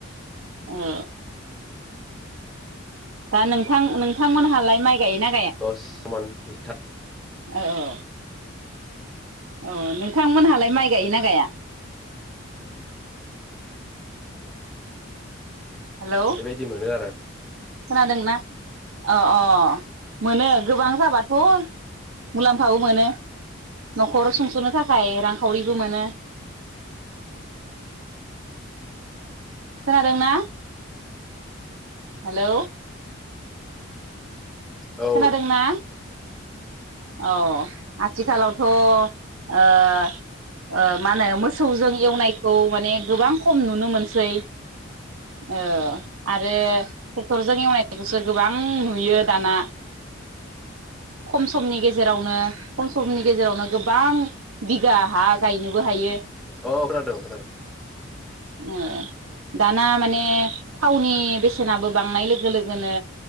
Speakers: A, on the right; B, in the centre.
A: औ दा नोंथां नोंथांमोनहालाय माइ गायोना
B: दस मन जिथा
A: ओ ओ ओ अ नोंथांमोनहालाय माइ गायोना गाया? हेलौ
B: बेबायदि मोनो आरो।
A: खोनादोंना अ अ मोनो गोबां जाबाथ' मुलामफाबो मोनो न'खर सुंस'नो थाखाय रांखावरिबो मोनो खोनादों ना? हेलौ
B: औ
A: खोनादोंना? अ आथिखालावथ' ओ ओ मा होनो मोसौजों एवनायखौ माने गोबां खम नुनो मोनसै ओ आरो टेक्टरजों एवनायखौसो गोबां नुयो दाना। खम समनि गेजेरावनो खम समनि गेजेरावनो गोबां बि गा हा गायनोबो हायो
B: औ अ खोनादों खोनादों
A: ओ दाना माने थावनि बेसेनाबो बांनाय लोगो लोगोनो